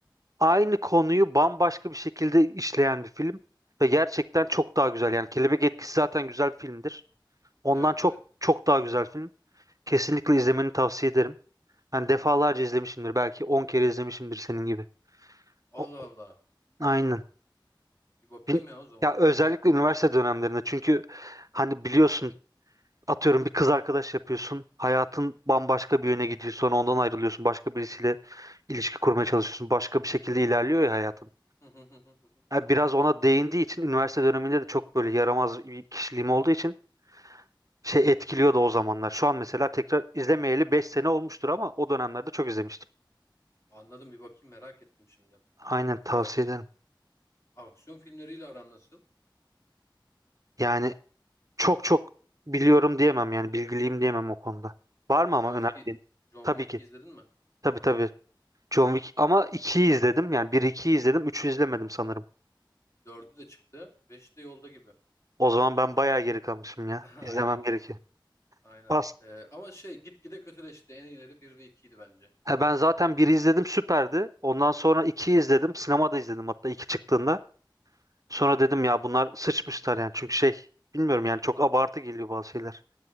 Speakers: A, on the right; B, on the left.
A: Aynı konuyu bambaşka bir şekilde işleyen bir film ve gerçekten
B: Hmm.
A: çok daha güzel. Yani Kelebek Etkisi zaten güzel bir filmdir. Ondan
B: Evet
A: çok
B: evet.
A: çok daha güzel film. Kesinlikle izlemeni tavsiye ederim. Ben defalarca izlemişimdir. Belki 10 kere izlemişimdir senin gibi.
B: Allah
A: O,
B: Allah.
A: aynen.
B: Bir bakayım
A: Bin-
B: ya o zaman
A: Ya
B: ona.
A: özellikle üniversite dönemlerinde çünkü hani biliyorsun Atıyorum bir kız arkadaş yapıyorsun. Hayatın bambaşka bir yöne gidiyor. Sonra ondan ayrılıyorsun. Başka birisiyle ilişki kurmaya çalışıyorsun. Başka bir şekilde ilerliyor ya hayatın.
B: Hı hı hı hı hı hı.
A: Ha, biraz ona değindiği için üniversite döneminde de çok böyle yaramaz bir kişiliğim olduğu için şey etkiliyordu o zamanlar. Şu an mesela tekrar izlemeyeli 5 sene olmuştur ama o dönemlerde çok izlemiştim.
B: Anladım bir bakayım merak ettim şimdi.
A: Aynen tavsiye
B: Ee,
A: ederim.
B: aksiyon filmleriyle aran nasıl?
A: Yani çok çok biliyorum diyemem yani bilgiliyim diyemem o konuda. Var mı ama
B: John
A: önerdiğin?
B: Wick'i John
A: Tabii
B: Wick'i
A: ki.
B: izledin mi?
A: Tabii
B: Ha.
A: tabii. John Wick ama 2'yi izledim. Yani bir 2yi izledim. 3'ü izlemedim sanırım.
B: Dördü de çıktı. Beşi de yolda gibi.
A: O zaman ben bayağı geri kalmışım ya.
B: <laughs>
A: İzlemem
B: Aynen.
A: gerekiyor.
B: Aynen.
A: Pas.
B: Ee, ama şey gitgide kötüleşti. En iyileri bir ve ikiydi bence.
A: Ha, ben zaten 1'i izledim süperdi. Ondan sonra 2'yi izledim. Sinemada izledim hatta 2 çıktığında. Sonra dedim
B: Hı hı.
A: ya bunlar sıçmışlar yani. Çünkü şey bilmiyorum yani çok abartı geliyor bazı şeyler.